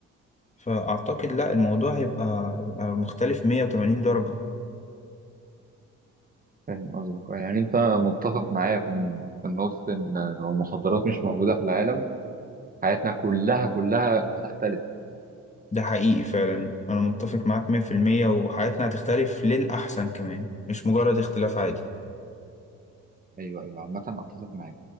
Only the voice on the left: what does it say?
فاعتقد لا الموضوع هيبقى هيبقى مختلف 180 درجة
ده حقيقي فعلا انا متفق معاك 100% وحياتنا هتختلف للأحسن كمان مش مجرد اختلاف عادي